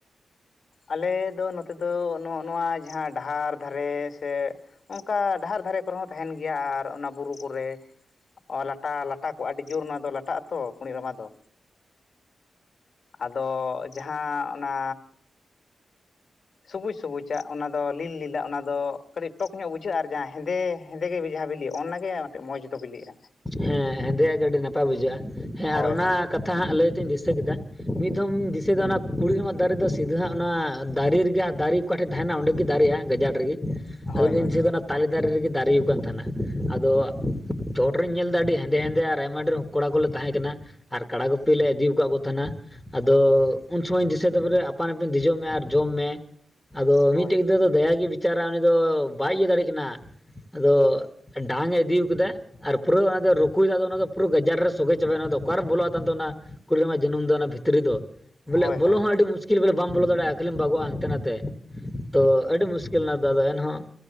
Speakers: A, on the left (about 50°); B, in the centre.
A: ᱟᱞᱮ ᱫᱚ ᱱᱚᱛᱮ ᱫᱚ ᱱᱚ ᱱᱚᱣᱟ ᱡᱟᱦᱟᱸ ᱰᱟᱦᱟᱨ ᱫᱷᱟᱨᱮ ᱥᱮ ᱚᱱᱠᱟ ᱰᱟᱦᱟᱨ ᱫᱷᱟᱨᱮ ᱠᱚᱨᱮ ᱦᱚᱸ ᱛᱟᱦᱮᱱ ᱜᱮᱭᱟ ᱟᱨ ᱚᱱᱟ ᱵᱩᱨᱩ ᱠᱚᱨᱮ ᱚ ᱞᱟᱴᱟ ᱞᱟᱴᱟ ᱠᱚᱜᱼᱟ ᱟᱹᱰᱤ ᱡᱳᱨ ᱚᱱᱟ ᱫᱚ ᱞᱟᱴᱟᱜ ᱟᱛᱚ ᱠᱩᱲᱤ ᱨᱟᱢᱟ ᱫᱚ ᱟᱫᱚ ᱡᱟᱦᱟᱸ ᱚᱱᱟ ᱥᱩᱵᱩᱡ ᱥᱩᱵᱩᱡ ᱟᱜ ᱚᱱᱟ ᱫᱚ ᱞᱤᱞ ᱞᱤᱞ ᱟᱜ ᱚᱱᱟ ᱫᱚ ᱠᱟᱹᱴᱤᱡ ᱴᱚᱠ ᱧᱚᱜ ᱵᱩᱡᱷᱟᱹᱜ-ᱟ ᱟᱨ ᱡᱟᱦᱟᱸ ᱦᱮᱸᱫᱮ ᱦᱮᱸᱫᱮ ᱜᱮ ᱡᱟᱦᱟᱸ ᱵᱤᱞᱤᱜ ᱚᱱᱟᱜᱮ ᱢᱤᱫᱴᱤᱜ ᱢᱚᱡᱽ ᱫᱚ ᱵᱤᱞᱤᱜᱼᱟ
B: ᱦᱮᱸ ᱦᱮᱸᱫᱮᱭᱟᱜ ᱜᱮ ᱟᱹᱰᱤ ᱱᱟᱯᱟᱭ ᱵᱩᱡᱷᱟᱹᱜᱼᱟ ᱦᱮᱸ
A: ᱦᱳᱭ
B: ᱟᱨ ᱚᱱᱟ
A: ᱦᱳᱭ
B: ᱠᱟ ᱛᱷᱟ ᱦᱟᱸᱜ ᱞᱟᱹᱭ ᱛᱮᱧ ᱫᱤᱥᱟᱹ ᱠᱮᱫᱟ ᱢᱤᱫ ᱫᱷᱚᱢ ᱫᱤᱥᱟᱹᱭ ᱫᱟ ᱚᱱᱟ ᱠᱩᱲᱤ ᱨᱟᱢᱟ ᱫᱟᱨᱮ ᱫᱚ ᱥᱤᱫᱷᱟ ᱦᱟᱸᱜ ᱚᱱᱟ ᱫᱟᱨᱮ ᱨᱮᱜᱮ ᱫᱟᱨᱮ ᱚᱠᱟ ᱴᱷᱮᱱ ᱛᱟᱦᱮᱱᱟ ᱚᱸᱰᱮ ᱜᱮ ᱫᱟᱨᱮᱜᱼᱟ ᱜᱟᱡᱟᱲ ᱨᱮᱜᱮ
A: ᱦᱳᱭ
B: ᱟᱞᱤᱧ ᱴᱷᱮᱱ
A: ᱦᱳᱭ ᱦᱳᱭ
B: ᱫᱚ ᱚᱱᱟ ᱛᱟᱞᱮ ᱫᱟᱨᱮ ᱨᱮᱜᱮ ᱫᱟᱨᱮ ᱠᱟᱱ ᱛᱟᱦᱮᱱᱟ ᱟᱫᱚ ᱪᱚᱴ ᱨᱮᱧ ᱧᱮᱞ ᱟᱹᱰᱤ ᱦᱮᱫᱮ ᱦᱮᱫᱮ ᱟᱨ ᱟᱭᱢᱟ ᱰᱷᱮᱨ ᱠᱚᱲᱟ ᱠᱚᱞᱮ ᱛᱟᱦᱮᱸ ᱠᱟᱱᱟ ᱟᱨ ᱠᱟᱲᱟ ᱜᱯᱤ ᱞᱮ ᱤᱫᱤ ᱟᱠᱟᱫ ᱠᱚ ᱛᱟᱦᱮᱱᱟ ᱟᱫᱚ ᱩᱱ ᱥᱚᱢᱚᱭᱧ ᱫᱤᱥᱟᱹᱭ ᱫᱟ ᱵᱚᱞᱮ ᱟᱯᱟᱱ ᱟᱹᱯᱤᱱ ᱫᱮᱡᱚᱜ ᱢᱮ ᱟᱨ ᱡᱚᱢ ᱢᱮ ᱟᱫᱚ
A: ᱦᱳᱭ
B: ᱢᱤᱫᱴᱮᱡ ᱜᱤᱫᱽᱨᱟᱹ ᱫᱚ ᱫᱟᱭᱟᱜ ᱜᱮ ᱵᱤᱪᱟᱨᱟ ᱩᱱᱤ ᱫᱚ ᱵᱟᱭ ᱤᱭᱟᱹ ᱫᱟᱲᱮᱜ ᱠᱟᱱᱟ ᱟᱫᱚ ᱰᱟᱝ ᱮ ᱤᱫᱤ ᱠᱮᱫᱟ ᱟᱨ ᱯᱩᱨᱟᱹ ᱚᱱ ᱨᱩᱠᱩᱭᱮᱫᱟ ᱚᱱᱟ ᱫᱚ ᱯᱩᱨᱟᱹ ᱜᱟᱡᱟᱲ ᱨᱮ ᱥᱚᱜᱮ ᱪᱟᱵᱟᱭ ᱮᱱᱟ ᱟᱫᱚ ᱚᱠᱟᱨᱮ ᱵᱚᱞᱚᱜᱼᱟ ᱛᱟᱢᱛᱮ ᱚᱱᱟ ᱠᱩᱲᱤᱨᱢᱟ ᱡᱟᱹᱱᱩᱢ ᱫᱚ ᱚᱱᱟ ᱵᱷᱤᱛᱨᱤ ᱫᱚ ᱵᱚᱞᱮ
A: ᱦᱳᱭ
B: ᱵᱚᱞᱚᱦᱚᱸ ᱟᱹᱰᱤ ᱢᱩᱥ ᱠᱷᱤᱞ ᱵᱚᱞᱮ ᱵᱟᱢ ᱵᱚᱞᱚ ᱫᱟᱲᱮᱭᱟᱜᱼᱟ ᱠᱷᱟᱹᱞᱤᱢ ᱵᱟᱜᱚᱜᱼᱟ ᱦᱟᱱᱛᱮ ᱱᱟᱛᱮ ᱛᱚ ᱟᱹᱰᱤ ᱢᱩᱥᱠᱤᱞ ᱚᱱᱟ ᱫᱚ ᱟᱫᱚ ᱮᱱᱦᱚᱸ